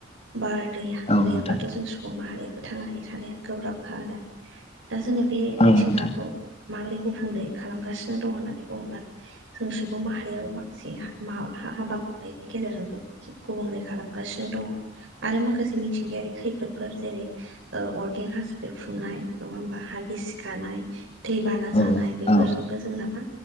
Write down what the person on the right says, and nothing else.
बार दै हा
गैयाब्लाथ'
जों सुबुं माहारियाबो थांनानै थानाया गोब्राबखा आरो दा जोङो बे
मिथिंगाखौ
माबोरै गुफुंले खालामगासिनो दं होननानै बुङोब्ला जों सुबुं माहारियाबो माखासे मा हाबा मावनायनि गेजेरजोंबो गुबुंले खालामगासिनो दङ आरो माखासे मिथिंगायारि खैफोद फोर जेरै अरगें हाजो बेफ्रुनाय नङा होमबा हा गिसिखानाय दै बाना
जानाय बेफोरजोंबो
जोंना मा